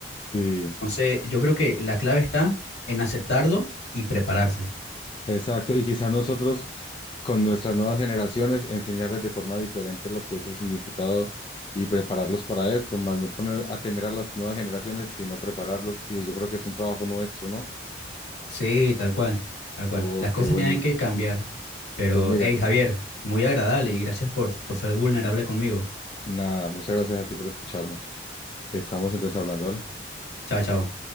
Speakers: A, on the left; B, on the left.
A: Sí.
B: Entonces, yo creo que la clave está en aceptarlo y prepararse.
A: Exacto. Y quizás nosotros, con nuestras nuevas generaciones, enseñarles de forma diferente lo que es el significado y prepararlos para esto, más no poner a temer a las nuevas generaciones, sino prepararlos. Y yo creo que es un trabajo nuestro, ¿no?
B: Sí, tal cual, tal cual.
A: Oh,
B: Las cosas
A: qué buenísimo.
B: tienen que cambiar. Pero,
A: Pues mira,
B: hey, Javier, muy agradable y gracias por, por ser vulnerable conmigo.
A: nada, muchas gracias a ti por escucharme. Estamos entonces hablando, ¿vale?
B: Chao, chao.